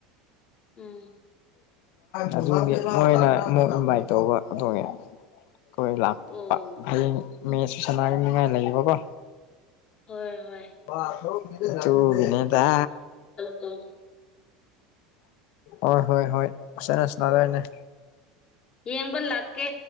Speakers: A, on the left (about 40°); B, on the left (about 60°).
A: ꯎꯝ
B: ꯑꯗꯨꯒꯤ ꯃꯣꯏꯅ ꯑꯃꯨꯛ ꯏꯟꯚꯥꯏꯠ ꯇꯧꯕꯣꯡꯉꯦ ꯑꯩꯈꯣꯏ ꯂꯥꯛꯄ
A: ꯑꯣ
B: ꯍꯌꯦꯡ ꯃꯦꯁꯨ ꯁꯅꯥꯒꯅꯤꯉꯥꯏ ꯂꯩꯌꯦꯕꯀꯣ
A: ꯍꯣꯏ ꯍꯣꯏ
B: ꯇꯒꯅꯦꯗ
A: ꯑ
B: ꯍꯣꯏ ꯍꯣꯏ ꯍꯣꯏ ꯐꯁꯅꯁꯅꯥꯗꯔꯅꯦ
A: ꯌꯦꯡꯕ ꯂꯥꯛꯀꯦ